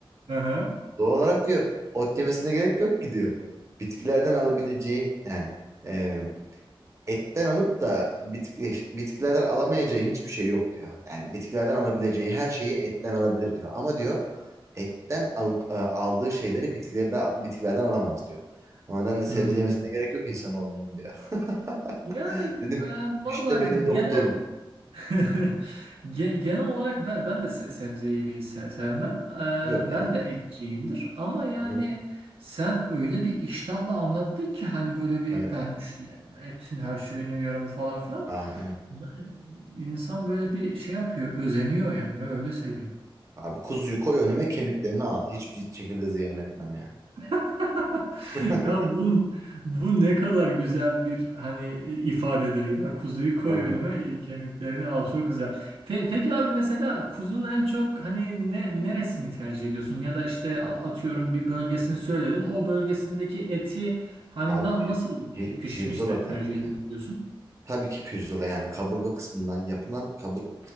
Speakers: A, on the right; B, on the right.
A: Hı hı.
B: Doğal olarak diyor ot yemesine gerek yok ki diyor. Bitkilerden alabileceği yani e, etten alıp da bitki, bitkilerden alamayacağı hiçbir şey yok diyor. Yani bitkilerden alabileceği her şeyi etten alabilir diyor. Ama diyor etten alıp e, aldığı şeyleri bitkilerde, bitkilerden alamaz diyor. O nedenle sebze
A: Hmm.
B: yemesine gerek yok insanoğlunun diyor.
A: Yani
B: <laughs> Dedim
A: ben
B: işte
A: valla
B: benim doktorum.
A: genel <laughs> Ge- Genel olarak ben, ben de se- sebze yemeyi se- sevmem. Ee,
B: Yok
A: ben
B: yani.
A: de etçiyimdir. Ama yani
B: Hı-hı.
A: sen öyle bir iştahla anlattın ki hani böyle bir
B: Evet.
A: ben işte yani etin her şeyini yiyorum falan filan.
B: Aa, aynen.
A: Yani İnsan böyle bir şey yapıyor, özeniyor yani öyle söyleyeyim.
B: Abi kuzuyu koy önüme kemiklerini al. Hiçbir şekilde ziyan etmem yani.
A: <laughs>
B: <laughs>
A: Ya bu, bu ne kadar güzel bir hani ifadedir ya. Kuzuyu koy
B: Tamam.
A: önüme, e, kemiklerini al. Çok güzel. Pe- peki abi mesela kuzunun en çok hani ne neresini tercih ediyorsun? Ya da işte
B: Abi,
A: a- atıyorum bir bölgesini söyledin. O bölgesindeki eti hani
B: abi
A: na-
B: pir,
A: nasıl
B: pir-
A: pi- pişmiş
B: pirzola
A: de tercih
B: tabii ki
A: ediyorsun?
B: ya. Tabii ki pirzola yani kaburga kısmından yapılan kaburga